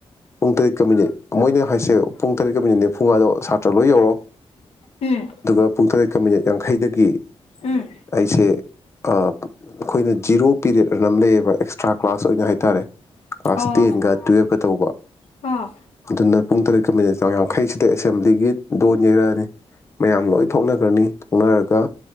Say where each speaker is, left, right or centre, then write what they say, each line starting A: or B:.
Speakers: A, on the left; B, on the left.
A: ꯄꯨꯡ ꯇꯔꯦꯠꯀ ꯃꯤꯅꯤꯠ ꯃꯣꯏꯅ ꯍꯥꯏꯁꯦ ꯄꯨꯡ ꯄꯨꯡ ꯇꯔꯦꯠꯀ ꯃꯤꯅꯤꯠ ꯅꯤꯐꯨꯉꯥꯗꯣ ꯁꯥꯇ꯭ꯔ ꯂꯣꯏ ꯌꯧꯔꯛꯑꯣ
B: ꯎꯝ
A: ꯑꯗꯨꯒ ꯄꯨꯡ ꯇꯔꯦꯠꯀ ꯃꯤꯅꯤꯠ ꯌꯥꯡꯈꯩꯗꯒꯤ ꯒꯤ
B: ꯎꯝ
A: ꯑꯩꯁꯦ ꯑ ꯥ ꯑꯈꯣꯏꯅ ꯖꯤꯔꯣ ꯄꯤꯔꯠ ꯑꯃ ꯂꯩꯌꯦꯕ ꯑꯦꯛꯁ ꯑꯦꯛꯁꯇ꯭ꯔꯥ ꯀ꯭ꯂꯥꯁ ꯑꯣꯏꯅ ꯍꯥꯏꯇꯔꯦ ꯀ꯭ꯂꯥꯁ
B: ꯑꯣ
A: ꯇꯦꯟꯒ ꯇꯨꯋꯦꯜꯞꯀ ꯇꯧꯕ
B: ꯑꯣ
A: ꯑꯗꯨꯅ ꯄꯨꯡ ꯇꯔꯦꯠꯀ ꯃꯤꯅꯤꯠ ꯌꯥꯡꯈꯩꯁꯤꯗ ꯑꯦꯁꯦꯝꯕ꯭ꯂꯤꯒꯤ ꯗꯣꯟ ꯌꯩꯔꯛꯑꯅꯤ ꯃꯌꯥꯝ ꯂꯣꯏ ꯊꯣꯛꯅꯈ꯭ꯔꯅꯤ ꯊꯣꯛꯅꯔꯒ